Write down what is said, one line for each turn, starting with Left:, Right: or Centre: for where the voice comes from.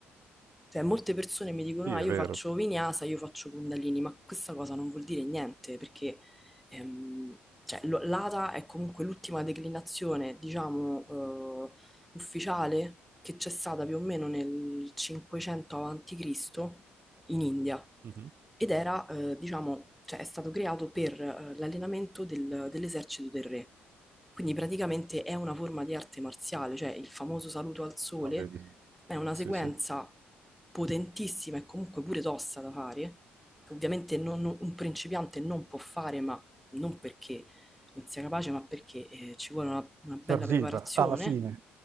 Centre: cioè, molte persone mi dicono,
Right: Sì,
Centre: ah,
Right: è
Centre: io
Right: vero.
Centre: faccio vinyasa, io faccio kundalini, ma questa cosa non vuol dire niente, perché ehm, cioè, lo- l'ata è comunque l'ultima declinazione, diciamo, eh, ufficiale che c'è stata più o meno nel 500 avanti Cristo in India.
Right: Mh-mh.
Centre: Ed era, eh, diciamo, cioè, è stato creato per eh, l'allenamento del- dell'esercito del re. Quindi praticamente è una forma di arte marziale, cioè il famoso saluto al sole
Right: Ah, vedi.
Centre: è una
Right: Sì,
Centre: sequenza
Right: sì.
Centre: potentissima e comunque pure tosta da fare, che ovviamente non- non- un principiante non può fare, ma non perché non sia capace, ma perché eh, ci vuole una, una bella
Right: Serviva,
Centre: preparazione
Right: alla fine.